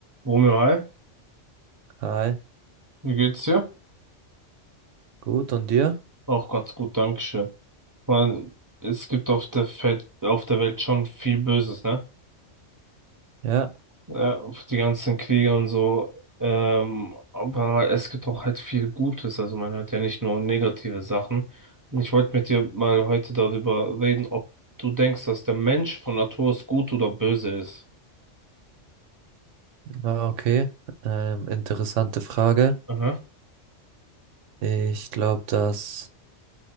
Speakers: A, on the right; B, on the right.
A: Romeo, hi,
B: Hi,
A: wie geht's dir?
B: gut, und dir?
A: Auch ganz gut, Dankeschön. Man, es gibt auf der Welt, auf der Welt schon viel Böses, ne?
B: Ja,
A: Ja, auf die ganzen Kriege und so. Ähm, aber es gibt auch halt viel Gutes. Also man hört ja nicht nur negative Sachen. Und ich wollte mit dir mal heute darüber reden, ob du denkst, dass der Mensch von Natur aus gut oder böse ist.
B: ah, okay. Ähm, interessante Frage.
A: Mhm,
B: Ich glaube, dass